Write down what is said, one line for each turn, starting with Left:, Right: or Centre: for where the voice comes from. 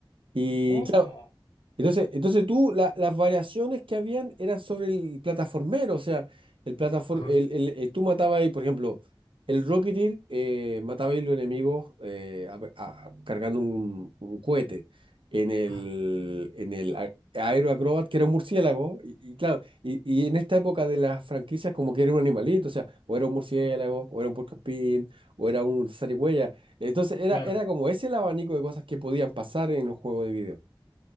Right: Y
Left: Oh,
Right: claro, Entonces, entonces tú, la- las variaciones que habían eran sobre el plataformero, o sea, el plataform,
Left: ajá,
Right: el, el- eh, tú matabas ahí, por ejemplo, el Rocketeer eh, mataba ahí los enemigos eh, a- a- cargando un, un cohete. En el,
Left: ajá,
Right: en el a- Aero Acrobat, que era un murciélago, y, y claro, y, y en esta época de las franquicias, como que era un animalito, o sea, o era un murciélago, o era un puercoespín, o era un zarigüeya. Entonces, era,
Left: claro.
Right: era como ese el abanico de cosas que podían pasar en los juegos de video.